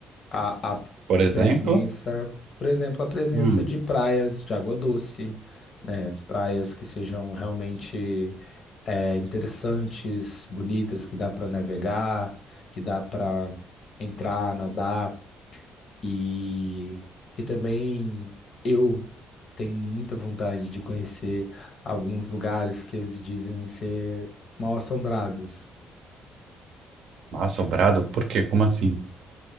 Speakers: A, on the left; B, on the right.
A: A, a
B: Por exemplo,
A: presença, por exemplo, a presença
B: hum,
A: de praias de água doce, né? Praias que sejam realmente é, interessantes, bonitas, que dá para navegar, que dá para entrar, nadar. E, e também eu tenho muita vontade de conhecer alguns lugares que eles dizem ser mal-assombrados.
B: assombrado, por quê? Como assim?